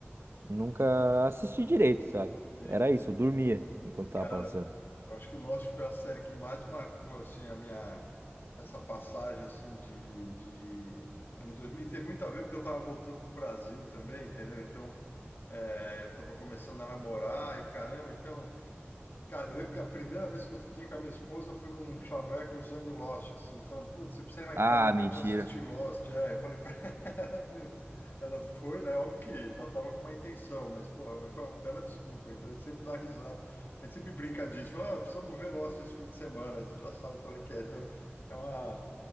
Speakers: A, on the right; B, on the left.
A: nunca assisti direito, sabe?
B: sim,
A: Era isso,
B: sim.
A: eu dormia enquanto tava
B: Cara,
A: passando.
B: eu acho que Lost foi a série que mais marcou assim a minha essa passagem assim de, de ano 2000. Teve muito a ver porque eu estava voltando pro Brasil também, entendeu? Então, é, eu estava começando a namorar e o caramba, então Cara, eu lembro que a primeira vez que eu fiquei com a minha esposa foi num chaveco usando Lost, assim, falando, putz, você precisa ir lá em
A: Ah,
B: casa pra
A: mentira.
B: gente assistir Lost. É, eu falei pra ela, <laughs> ela foi, né? Óbvio que já tava com uma intenção, mas, porra, mas foi uma bela desculpa, então a gente sempre dá risada, a gente sempre brinca disso, fala, ah, precisamos ver Lost esse fim de semana, aí você já sabe qual é que é, então é uma,